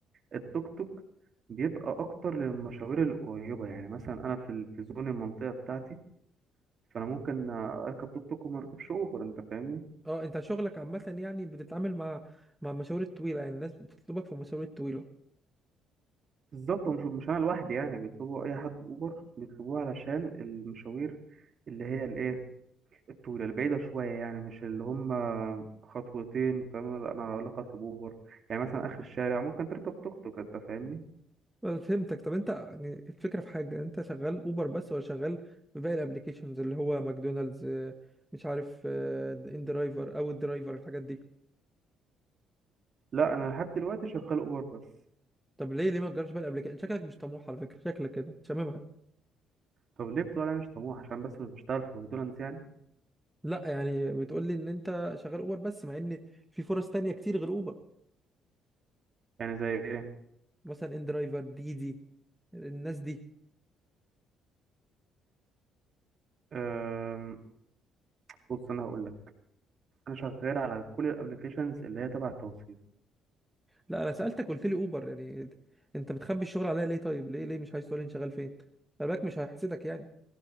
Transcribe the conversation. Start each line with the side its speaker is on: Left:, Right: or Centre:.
Right: التوك توك بيبقى اكتر للمشاوير القريبه يعني مثلا انا في ال- في زون المنطقه بتاعتي فانا ممكن اركب توك توك وما اركبش اوبر انت فاهمني
Centre: اه انت شغلك عامه يعني بتتعامل مع مع المشاوير الطويله يعني الناس بتطلبك في المشاوير الطويله
Right: بالظبط ومش مش انا لوحدي يعني بيطلبوا اي حد اوبر بيطلبوه علشان المشاوير اللي هي الايه الطويله البعيده شويه يعني مش اللي هم خطوتين فاهم لا، انا اقول لك اطلب اوبر يعني مثلا اخر الشارع ممكن تركب توك توك انت فاهمني
Centre: أنا فهمتك طب انت يعني الفكره في حاجه انت شغال اوبر بس ولا شغال في باقي الابليكيشنز اللي هو ماكدونالدز آه، مش عارف آه، ان درايفر او الدرايفر الحاجات دي
Right: لا انا لحد دلوقتي شغال اوبر بس
Centre: طب ليه ليه ما تجربش بقى الابليكيشن شكلك مش طموح على فكره شكلك كده شاممها
Right: طب ليه بتقول انا مش طموح عشان بس مش بشتغل في ماكدونالدز يعني
Centre: لا يعني بتقول لي ان انت شغال اوبر بس مع ان في فرص تانية كتير غير اوبر
Right: يعني زي ايه
Centre: مثلا ان درايفر ديدي الناس دي
Right: أم... بص انا هقول لك انا شغال على كل الابلكيشنز اللي هي تبع التوصيل
Centre: لا انا سالتك قلت لي اوبر يعني انت بتخبي الشغل عليا ليه طيب ليه ليه مش عايز تقول لي انت شغال فين خلي بالك مش هحسدك يعني